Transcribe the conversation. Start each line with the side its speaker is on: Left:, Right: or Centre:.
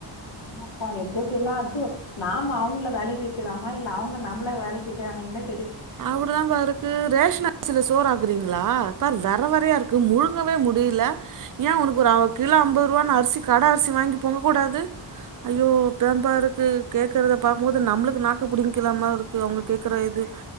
Left: ஆமாப்பா எப்டி எப்டி எல்லா அதுவூ நாம அவங்கள வேலைக்கு வக்கிறாமா இல்ல அவங்க நம்மள வேலைக்கு வக்கிறாங்கனே
Right: அப்டிதாம்பா இருக்கு ரேஷன் அரிசில சோறாக்குறீங் ளா பார் வெர வெரையா இருக்கு முழுங்கவே முடில ஏ உனக்கு ஒரு கிலோ அம்பதுரூவான் அரிசி கட அரிசி வாங்கி பொங்கக்கூடாது ஐயோ பேம்பாருக்கு கேக்குறத பாக்கும்போது நம்மளுக்கு நாக்க பிடிங்க்கலாமா மார் இருக்கு அவங்க கேக்கற இது